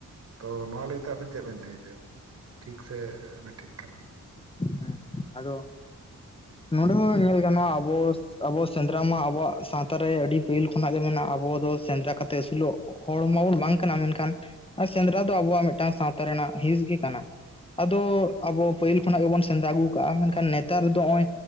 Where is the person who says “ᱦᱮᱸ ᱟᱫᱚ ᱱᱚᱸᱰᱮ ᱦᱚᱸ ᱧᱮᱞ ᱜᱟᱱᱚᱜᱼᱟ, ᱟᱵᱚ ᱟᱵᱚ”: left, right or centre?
Left